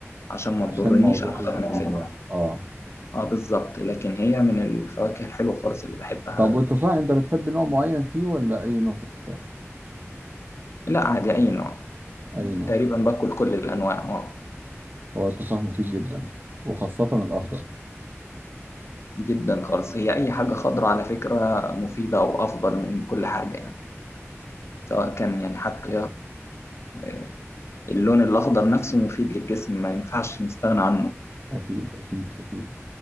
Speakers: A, on the left; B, on the right.
A: عشان ما
B: عشان
A: تضرنيش
B: موضوع
A: اكتر
B: الاملاح
A: ما تفيدني
B: اه
A: اه بالظبط لكن هي من الفواكه الحلوه خالص اللي بحبها
B: طب والتفاح انت بتحب نوع معين فيه ولا اي نوع في التفاح
A: لا عادي أي نوع
B: اي نوع
A: تقريبا باكل كل الأنواع اه
B: هو التفاح مفيد جدا وخاصة الأخضر
A: جدا خالص هي أي حاجة خضراء على فكرة مفيدة وأفضل من كل حاجة يعني سواء كان يعني حتى آه، اللون الأخضر نفسه مفيد للجسم ما ينفعش نستغنى عنه
B: أكيد أكيد أكيد